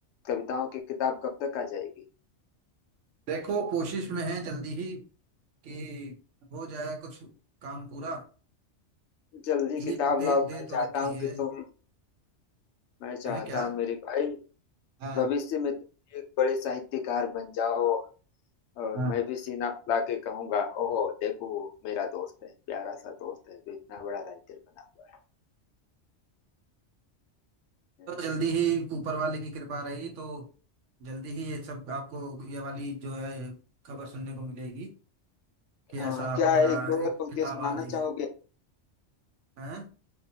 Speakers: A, on the left (about 75°); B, on the right (about 85°).
A: कविताओं की किताब कब तक आ जाएगी
B: देखो कोशिश में है जल्दी ही कि हो जाए कुछ काम पूरा
A: जल्दी
B: ईद
A: किताब
B: दे
A: लाओ मैं
B: दे
A: चाहता
B: तो रखी
A: हूँ
B: है
A: कि तुम मैं चाहता
B: है क्या
A: हूँ मेरे भाई
B: हाँ
A: भविष्य में तुम एक बड़े साहित्यकार बन जाओ और
B: हाँ
A: मैं भी सीना फुला के कहूंगा ओह देखो मेरा दोस्त है प्यारा सा दोस्त है जो इतना बड़ा राइटर बना हुआ है
B: तो जल्दी ही ऊपर वाले की कृपा रही तो जल्दी ही ये सब आपको ये वाली जो है खबर सुनने को मिलेगी कि
A: अ,
B: ऐसा
A: क्या
B: हो रहा
A: एक
B: है
A: दो और पंक्तियां
B: किताब
A: सुनाना
B: आ रही है
A: चाहोगे
B: हैं